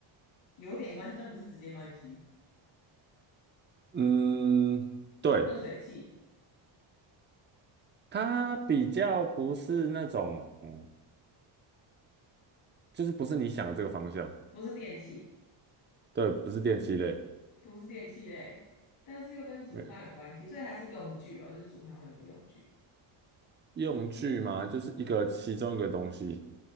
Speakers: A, on the left; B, on the right.
A: 有点关系，但不是直接关系。
B: 嗯，对，
A: 热水器
B: 它比较不是那种，嗯就是不是你想的这个方向，
A: 不是电器，
B: 对，不是电器类，
A: 不是电器类，但是又跟煮饭有关系，
B: 没有
A: 所以它是用具咯，就是煮饭会用的用具。
B: 用具嘛，就是一个其中一个东西，